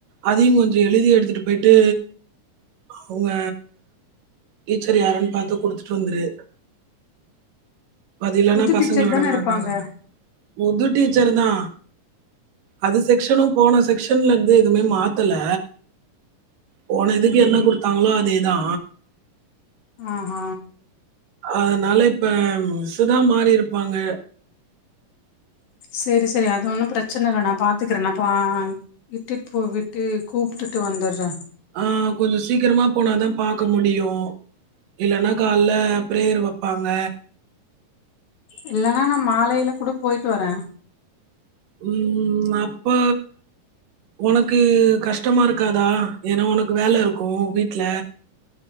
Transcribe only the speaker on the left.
புது டீச்சர்
தான இருப்பாங்க
சரி
ஆஹா
செரி செரி அது ஒன்னு பிரச்சன இல்ல நா பாத்துக்றே பா இட்டுட்டு போ விட்டு கூப்டுட்டு வந்துட்றே
இல்லன்னா நா மாலைல கூட போயிட்டு வரே